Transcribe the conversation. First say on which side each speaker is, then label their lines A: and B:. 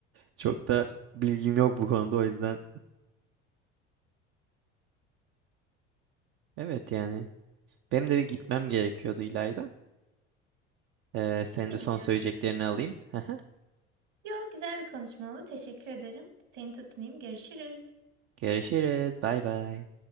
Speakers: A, on the right; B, on the right.
A: Çok da bilgim yok bu konuda o yüzden. Evet yani. Benim de bir gitmem gerekiyordu İlayda. Ee, senin
B: Değil
A: de
B: mi gidiyorsun?
A: son söyleyeceklerini alayım. <laughs>
B: Yok güzel bir konuşma oldu. Teşekkür ederim. Seni tutmayayım. Görüşürüz.
A: Görüşürüz. Bay bay.